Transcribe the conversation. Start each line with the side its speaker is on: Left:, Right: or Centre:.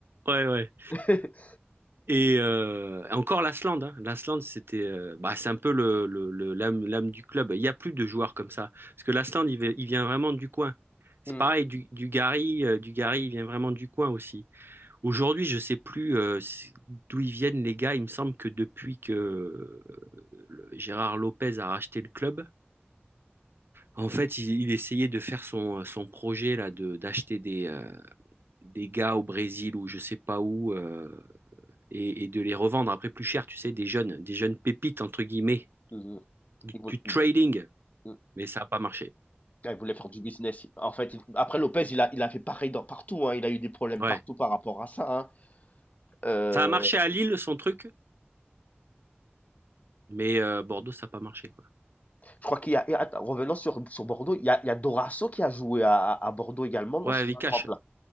Right: Ouais, ouais.
Left: <laughs>
Right: Et euh, encore l'Aslande. Hein. L'Aslande, c'était, euh, bah, c'est un peu le, le- le- l'âme, l'âme du club. Il n'y a plus de joueurs comme ça. Parce que l'Aslande, il, vi- il vient vraiment du coin. C'est
Left: Mm,
Right: pareil, du, du Gary, euh, du Gary, il vient vraiment du coin aussi. Aujourd'hui, je sais plus euh, si- d'où ils viennent les gars. Il me semble que depuis que euh, le- Gérard Lopez a racheté le club, en fait, il, il essayait de faire son, euh, son projet là de d'acheter des, euh, des gars au Brésil ou je sais pas où euh, et, et de les revendre après plus cher, tu sais, des jeunes, des jeunes pépites entre guillemets,
Left: mm, mm.
Right: du,
Left: Il voulait,
Right: du trading.
Left: mm, mm, mm. mm.
Right: Mais ça n'a pas marché.
Left: Ah, il voulait faire du business. En fait, il- après Lopez, il a, il a fait pareil dans, partout. hein. Il a eu des problèmes
Right: Ouais.
Left: partout par rapport à ça. hein. Euh,
Right: Ça a marché à Lille son truc, mais euh, Bordeaux ça n'a pas marché quoi.
Left: Je crois qu'il y a, et attends, revenons sur, sur Bordeaux, il y a, il y a Dorasso qui a joué à, à Bordeaux également, non,
Right: Ouais,
Left: si
Right: Vikash.
Left: je ne me trompe là.